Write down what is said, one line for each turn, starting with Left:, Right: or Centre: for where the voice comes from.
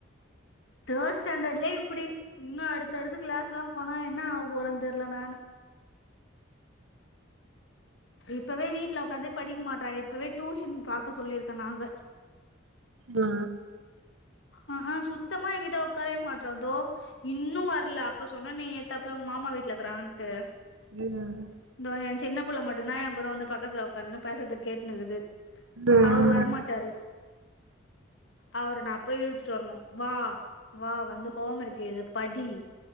Left: தேர்ட் ஸ்டேண்டர்ட்லே இப்புடி இன்னு அடுத்தடுத்து கிளாஸ் எல்லாம் போனா என்ன ஆக போறே தெரில நானு இப்பவே வீட்ல உக்காந்து படிக்க மாட்றா இப்பவே டூஷன் பாக்க சொல்லியிருக்கேகோ நாங்க
Right: ஆ
Left: ஆ ஆ சுத்தமா எங்கிட்ட உக்காரவே மாட்றா தோ இன்னு வரல அப்ப சொன்னா நீ ஏத்தாப்புல உ மாமா வீட்லருக்கிறான்ட்டு
Right: ம்
Left: இதோ என் சின்ன புள்ள மட்டுந்தா என் கூட வந்து பக்கத்துல உக்கான்னு பேசறத கேட்னுக்குது
Right: ம்
Left: அவரு வரமாட்டாரு அவரு நா போய் இழுத்துட்டு வரணும் வா வா வந்து ஹோம் ஓர்க்கு ஏ இத படி